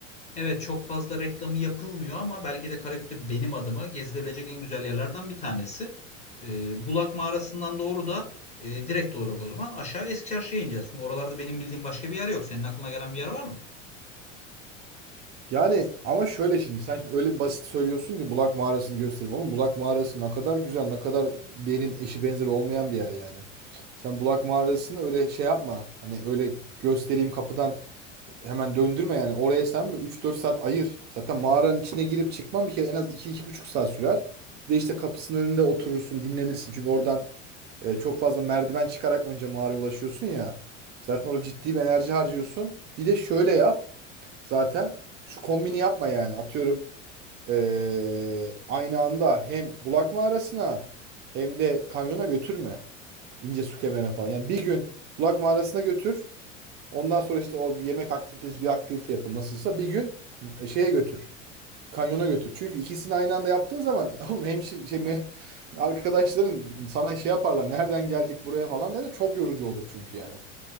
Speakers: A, on the left; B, on the right.
A: Evet çok fazla reklamı yapılmıyor ama belki de Karabük'te benim adıma gezilebilecek en güzel yerlerden bir tanesi. Ee, Bulak Mağarası'ndan doğru da e, direkt olarak o zaman aşağı Eski Çarşı'ya ineceğiz. Çünkü oralarda benim bildiğim başka bir yer yok. Senin aklına gelen bir yer var mı?
B: Yani ama şöyle şimdi sen şimdi öyle bir basit söylüyorsun ki Bulak Mağarası'nı göstereyim. Oğlum Bulak Mağarası ne kadar güzel, ne kadar derin, eşi benzeri olmayan bir yer yani. Sen Bulak Mağarası'nı öyle şey yapma. Hani öyle göstereyim kapıdan hemen döndürme yani. Oraya sen mi üç dört saat ayır. Zaten mağaranın içine girip çıkman bir kere en az iki iki buçuk saat sürer. Bir de işte kapısının önünde oturursun, dinlenirsin. Çünkü oradan e, çok fazla merdiven çıkarak önce mağaraya ulaşıyorsun ya. Zaten orada ciddi bir enerji harcıyorsun. Bir de şöyle yap. Zaten şu kombini yapma yani. Atıyorum e, aynı anda hem Bulak Mağarası'na hem de kanyona götürme. İnce su kemerine falan. Yani bir gün Bulak Mağarası'na götür. Ondan sonra işte o yemek aktivitesi bir aktivite yapın nasılsa bir gün e, şeye götür. Kanyona götür. Çünkü ikisini aynı anda yaptığın zaman <laughs> oğlum hemşi şey me- arkadaşların sana şey yaparlar. Nereden geldik buraya falan derler. Çok yorucu olur çünkü yani.